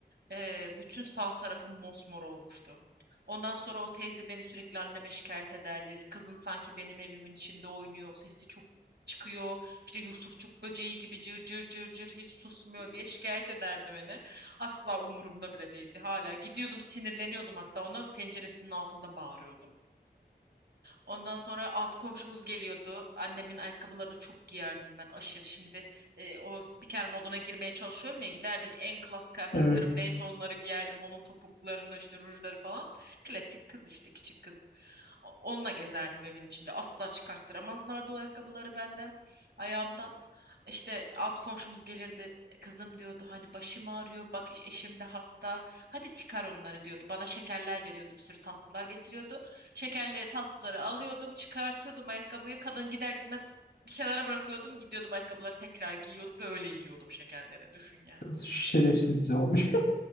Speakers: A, on the right; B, on the left.
A: Ee, bütün sağ tarafım mosmor olmuştu. Ondan sonra o teyze beni sürekli anneme şikayet ederdi. Kızın sanki benim evimin içinde oynuyor. Sesi çok çıkıyor. İşte Yusufçuk böceği gibi cır cır cır cır hiç susmuyor diye şikayet ederdi beni. Asla umurumda bile değildi. Hala gidiyordum sinirleniyordum hatta ona penceresinin altında bağırıyordum. Ondan sonra alt komşumuz geliyordu. Annemin ayakkabılarını çok giyerdim ben aşırı. Şimdi e, o spiker moduna girmeye çalışıyorum ya giderdim en klas kıyafetlerim
B: Evet.
A: neyse onları giyerdim. Onun topuklarını işte rujları falan. Klasik kız işte küçük kız. O- Onunla gezerdim evin içinde. Asla çıkarttıramazlardı o ayakkabıları benden, ayağımdan. İşte alt komşumuz gelirdi. Kızım diyordu hani başım ağrıyor bak eşim de hasta. Hadi çıkar onları diyordu. Bana şekerler veriyordu bir sürü tatlılar getiriyordu. Şekerleri, tatlıları alıyordum, çıkartıyordum ayakkabıyı. Kadın gider gitmez bir kenara bırakıyordum, gidiyordum ayakkabıları tekrar giyiyordum ve öyle yiyordum şekerleri. Düşün yani.
B: Biraz
A: <laughs>
B: şerefsizce olmuş.